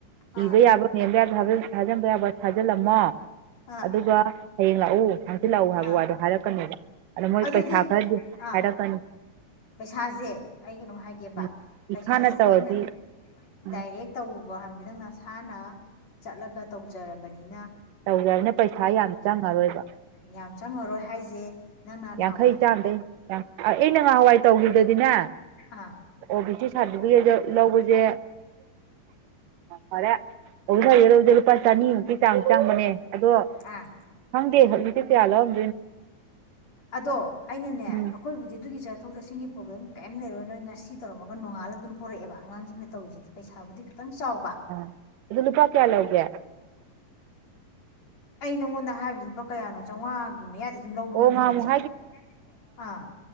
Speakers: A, on the left; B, on the right.
A: ꯑꯥ
B: ꯏꯕ ꯌꯥꯕ꯭ꯔꯥ ꯅꯦꯝꯕ ꯌꯥꯕ ꯍꯥꯖꯤꯟꯕ ꯌꯥꯕ ꯊꯥꯖꯤꯜꯂꯝꯃꯣ
A: ꯑꯥ
B: ꯑꯗꯨꯒ ꯍꯌꯦꯡ ꯂꯥꯛꯎ ꯁꯤ ꯂꯥꯛꯎ ꯍꯥꯏꯕ
A: ꯑꯥ
B: ꯋꯥꯗꯣ ꯍꯥꯏꯔꯛꯀꯅꯦꯕ ꯑꯗ ꯃꯣꯏ
A: ꯑꯗꯨꯗꯤ
B: ꯄꯩꯁꯥ ꯈꯔꯗꯤ
A: ꯑꯥ
B: ꯍꯥꯏꯔꯛꯀꯅꯤ
A: ꯄꯩꯁꯥꯁꯦ ꯑꯩ ꯀꯩꯅꯣꯝ ꯍꯥꯏꯒꯦꯕ
B: ꯎꯝ
A: ꯄꯩꯁꯥꯁꯦ
B: ꯏꯁꯥꯅ ꯇꯧꯔꯗꯤ
A: ꯅꯪꯅ
B: ꯎꯝ
A: ꯗꯥꯏꯔꯦꯛ ꯇꯧꯕꯥ
B: ꯇꯧꯖꯕꯅꯦ ꯄꯩꯁꯥ ꯌꯥꯝ ꯆꯪꯉꯔꯣꯏꯕ
A: ꯌꯥꯝ ꯆꯥꯟꯉꯔꯣꯏ ꯍꯥꯏꯁꯦ ꯅꯪꯅ ꯅꯍꯥꯟꯋꯥꯏ
B: ꯌꯥꯡꯈꯩ ꯆꯥꯝꯗꯩ ꯑ ꯅ ꯉꯍꯥꯟꯋꯥꯏ ꯇꯧꯈꯤꯕꯗꯗꯤꯅꯦ
A: ꯑꯥ
B: ꯑꯣ ꯕꯤ ꯁꯤ ꯁꯥꯔꯇꯤꯐꯤꯀꯦꯠ ꯂꯧꯕꯁꯦ ꯐꯔꯦ ꯑꯣꯁꯥ ꯌꯔꯨꯗꯦ ꯂꯨꯄꯥ ꯆꯅꯤꯃꯨꯛꯀꯤ ꯆꯥꯡ ꯆꯪꯕꯅꯦ ꯑꯗꯣ
A: ꯑꯥ
B: ꯍꯪꯗ ꯍꯧꯪ ꯁꯤꯌꯥꯂꯒ
A: ꯑꯗꯣ ꯑꯩꯅꯅꯦ ꯑꯩꯈꯣꯏꯕꯨꯗꯤ
B: ꯎꯝ
A: ꯑꯗꯨꯒꯤ ꯆꯠꯊꯣꯛ ꯆꯠꯁꯤꯒꯤ ꯄ꯭ꯔꯣꯕ꯭ꯂꯦꯝ ꯀꯔꯤꯝ ꯂꯩꯔꯣꯏ ꯅꯣꯏ ꯉꯁꯤ ꯇꯧꯔꯝꯃꯒ ꯅꯣꯡꯉꯥꯂ ꯑꯗꯨꯝ ꯄꯨꯣꯔꯛꯑꯦꯕ ꯑꯉꯥꯡꯁꯤꯡꯅ ꯇꯧꯔꯤꯁꯤꯗꯤ ꯄꯩꯁꯥꯕꯨꯗꯤ ꯈꯤꯇꯪ ꯆꯥꯎꯕ
B: ꯑ ꯑꯗꯨ ꯅꯨꯄꯥ ꯀꯌꯥꯂꯒꯦ
A: ꯑꯩ ꯅꯪꯉꯣꯟꯗ ꯍꯥꯏꯕꯗꯨ ꯂꯨꯄꯥ ꯀꯌꯥꯅꯣ ꯆꯥꯝꯃꯉꯥꯒꯤ ꯃꯌꯥꯗꯤ ꯑꯗꯨꯝ ꯂꯧꯕꯅꯤꯅꯦ
B: ꯑꯣ ꯉꯍꯥꯟꯃꯨꯛ
A: ꯄꯖꯥ ꯑꯥ